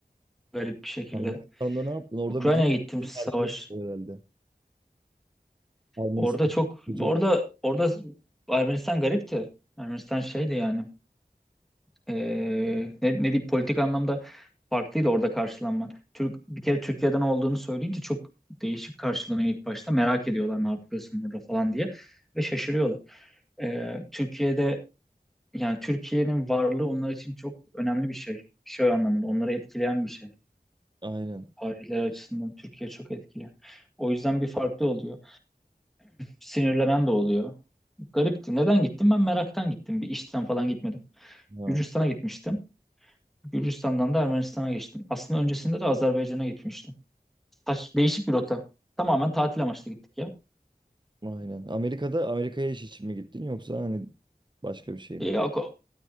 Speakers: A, in the centre; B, on the right (about 30°).
A: garip bir şekilde.
B: Ermenistan'da ne yaptın? Orada
A: Ukrayna'ya
B: bizi
A: gittim
B: şey
A: savaş.
B: karşıladı herhalde. Ermenistan
A: Orada çok
B: çok
A: orada orada Ermenistan garipti. Ermenistan şeydi yani. Ee, ne, ne diyeyim politik anlamda farklıydı orada karşılanma. Türk bir kere Türkiye'den olduğunu söyleyince çok değişik karşılanıyor ilk başta. Merak ediyorlar ne yapıyorsun burada falan diye ve şaşırıyorlar. Ee, Türkiye'de yani Türkiye'nin varlığı onlar için çok önemli bir şey. Şey anlamında onları etkileyen bir şey.
B: aynen.
A: Tarihler açısından Türkiye çok etkili. O yüzden bir farklı oluyor. Sinirlenen de oluyor. Garipti. Neden gittim? Ben meraktan gittim. Bir işten falan gitmedim.
B: Ha,
A: Gürcistan'a gitmiştim. Gürcistan'dan da Ermenistan'a geçtim. Aslında öncesinde de Azerbaycan'a gitmiştim. Saç, değişik bir rota. Tamamen tatil amaçlı gittik ya.
B: aynen. Amerika'da Amerika'ya iş için mi gittin yoksa hani başka bir şey mi?
A: E, Yok, o